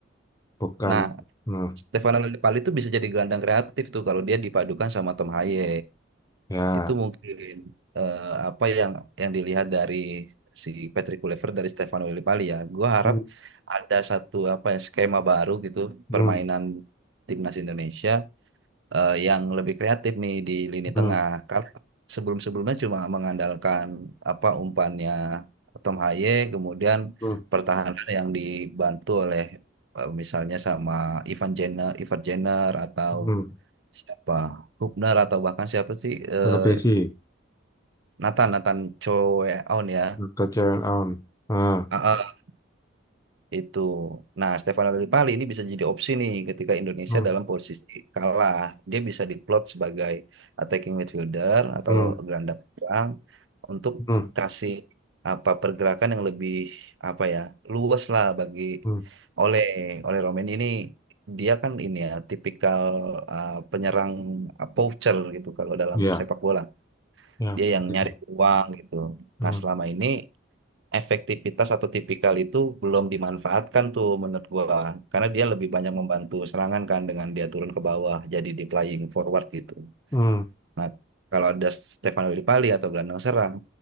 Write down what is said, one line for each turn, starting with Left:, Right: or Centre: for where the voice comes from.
Left: bukan.
Right: Nah,
Left: Hmm,
Right: Stefano Lillipali itu bisa jadi gelandang kreatif tuh kalau dia dipadukan sama Tom Haye.
Left: ya.
Right: Itu mungkin eh, apa yang yang dilihat dari si Patrick Kluivert dari Stefano Lillipali ya. Gua harap
Left: Hmm,
Right: ada satu apa ya skema baru gitu
Left: hmm,
Right: permainan timnas Indonesia eh, yang lebih kreatif nih di lini
Left: hmm,
Right: tengah. Karena sebelum-sebelumnya cuma mengandalkan apa umpannya Tom Haye, kemudian
Left: hmm,
Right: pertahanan yang dibantu oleh eh, misalnya sama Ivan Jenner, Ivan Jenner atau
Left: hmm.
Right: siapa Hubner atau bahkan siapa sih eh,
Left: LPC,
Right: Nathan Nathan Choeon ya.
Left: kecewaan awan. Ah,
Right: Ah, ah. Itu. Nah, Stefano Lillipali ini bisa jadi opsi nih ketika Indonesia
Left: hmm,
Right: dalam posisi kalah. Dia bisa diplot sebagai attacking midfielder atau
Left: hmm,
Right: gelandang serang untuk
Left: hmm,
Right: kasih apa pergerakan yang lebih apa ya luas lah bagi
Left: hmm.
Right: oleh oleh Romain ini dia kan ini ya tipikal uh, penyerang uh, poacher gitu kalau dalam
Left: Ya,
Right: sepak bola
Left: ya,
Right: dia yang
Left: seperti
Right: nyari
Left: itu.
Right: uang gitu.
Left: Hmm,
Right: Nah selama ini efektivitas atau tipikal itu belum dimanfaatkan tuh menurut gua karena dia lebih banyak membantu serangan kan dengan dia turun ke bawah jadi di playing forward gitu.
Left: hmm,
Right: Nah, kalau ada Stefano Lillipali atau gelandang serang